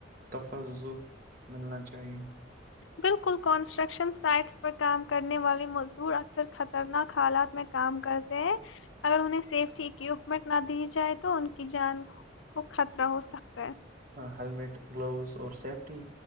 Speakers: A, on the right (about 45°); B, on the left (about 90°).
A: تفض ملنا چاہیئے <unintelligible>
B: بالکل کنسٹرکشن سائٹس پر کام کرنے والے مزدور اکثر خطرناک حالات میں کام کرتے ہیں اگر انہیں سیفٹی اکوپمنٹ نہ دی جائے تو ان کی جان کو خطرہ ہو سک <unintelligible>
A: ہیمیٹ گلاوز اور سیفٹی